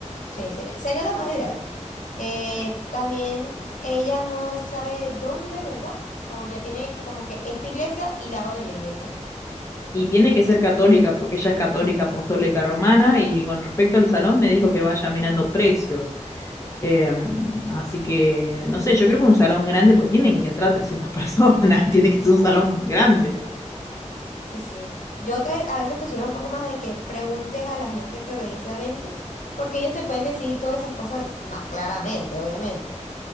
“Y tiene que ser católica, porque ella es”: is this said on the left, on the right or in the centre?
Left